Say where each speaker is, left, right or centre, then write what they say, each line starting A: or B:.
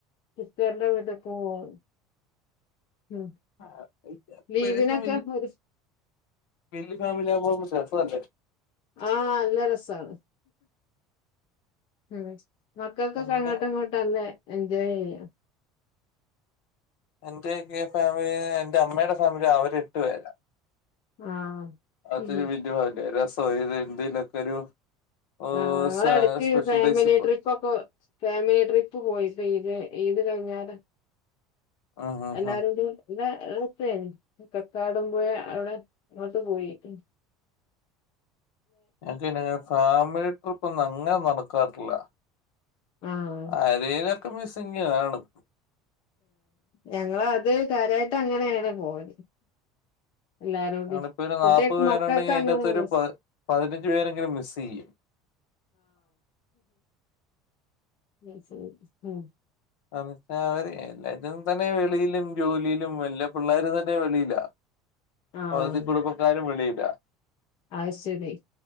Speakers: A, on the left; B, on the left.
A: <inaudible> ഉം
B: അത്യവശ്യം
A: ലീവിനൊക്കെ ഒരു
B: വല്ല്യ ഫാമിലി ആകുമ്പോകൊഴപ്പല്ല. <inaudible>
A: ആഹാ നല്ല രസാണ്. ഉം.. ! മക്കൾക്കെ
B: എന്റെ
A: അങ്ങോട്ടം ഇങ്ങോട്ടല്ലേ? എൻജോയ് ചെയ്യാം.
B: എന്റെക്കെ ഫാമിലി എന്റെ- അമ്മയുടെ ഫാമിലി അവര് എട്ടു പേരാണ്.
A: ആഹ്
B: <unintelligible>
A: ഉം
B: <unintelligible> എന്തതിലൊക്കെ ഒരു. ഓഹ്
A: ആഹാ
B: സ്പെ
A: എടുക്ക്
B: സ്പെഷ്യൽ
A: ഫാമിലി
B: ഡേയ്സിൽ പോയി
A: ട്രിപ്പ് ഒക്കെ- ഫാമിലി ട്രിപ്പ് പോയിപ്പോ ഇത്, ഇത് കഴിഞ്ഞാല്.
B: ഉം ഉം
A: എല്ലാരോടി
B: ഉം
A: എന്നാ- അവിത്ത കക്കാടംപോയ അവിടെ, അങ്ങോട്ട് പോയി ഉം.
B: എനക്ക്ന്നങ്ങന ഫാമിലി ട്രിപ്പ് ഒന്നും- അങ്ങനെ നടക്കാറില്ല.
A: ആഹ്
B: ആരേലൊക്കെ മിസ്സിങ് കാണും.
A: ഞങ്ങളാത് കാര്യായിട്ട് അങ്ങനേണ് പോവല്. എല്ലാരൂടി
B: അണ ഇപ്പോ ഒരു നാല്പത്
A: കുട്ടികൾക്ക്
B: പേരുണ്ടെങ്കിൽ
A: മക്കൾക്ക്
B: അയിന്റെ
A: അങ്ങനെയാണ്
B: അത്ത് ഒരു
A: ഇഷ്
B: പതിനഞ്ചു പേരെങ്കിലും മിസ്സ്‌ ചെയും.
A: ആഹാ ശരി ഉം.. !
B: <unintelligible> ഇതും തന്നെ വെളിയിലും, ജോലിയിലും വല്ല പിള്ളേര തന്നെ വെളിയിലാ.
A: ആഹ്
B: പകുതി കുടുംബക്കാരും വെളിയിലും.
A: അത് ശരി